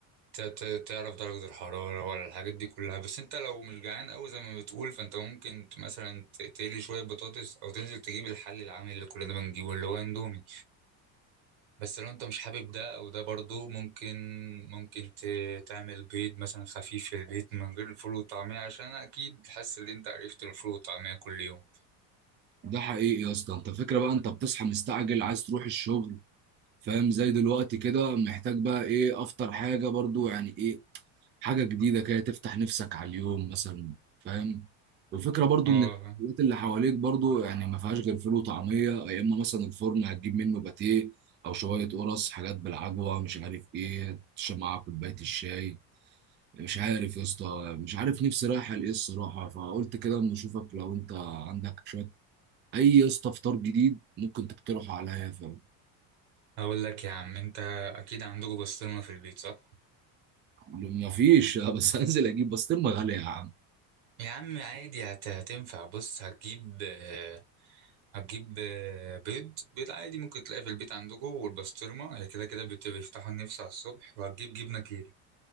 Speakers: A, on the right (about 80°); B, on the right (about 25°).
A: ت- ت- تعرف درجة الحرارة ولا الحاجات دي كلها بس انت لو مش جعان قوي زي ما بتقول فانت ممكن ت- مثلا ت- تقلي شوية بطاطس او تنزل تجيب الحل العامل اللي كلنا بنجيبه اللي هو اندومي بس لو انت مش حابب ده او ده برضو ممكن ممكن ت- تعمل بيض مثلا خفيف في البيت من غير الفول والطعمية عشان اكيد حاسس ان انت عرفت الفول والطعمية كل يوم
B: ده حقيقي يا اسطى انت فكرة بقى انت بتصحى مستعجل عايز تروح الشغل فاهم زي دلوقتي كده محتاج بقى ايه افطر حاجة برضو يعني ايه حاجة جديدة كده تفتح نفسك على اليوم مثلا فاهم والفكرة برضو
A: اه
B: ان الحاجات اللي حواليك برضو يعني ما فيهاش غير فول وطعمية يا اما مثلا الفرن هتجيب منه باتيه او شوية قرص حاجات بالعجوة مش عارف ايه تشرب معاها كوباية الشاي مش عارف يا اسطى مش عارف نفسي رايحة لايه الصراحة فقلت كده اما اشوفك لو انت عندك شوية اي يا اسطى فطار جديد ممكن تقترحه عليا فاهم
A: اقول لك يا عم انت اكيد عندكم بسطرمه في البيت صح
B: ما فيش آه، بس هنزل اجيب بسطرمة غالية يا عم
A: يا عم عادي هت- هتنفع بص هتجيب آه، هتجيب آه، بيض بيض عادي ممكن تلاقيه في البيت عندكم والبسطرمه هي كده كده بت- بيفتحوا النفس على الصبح وهتجيب جبنه كيري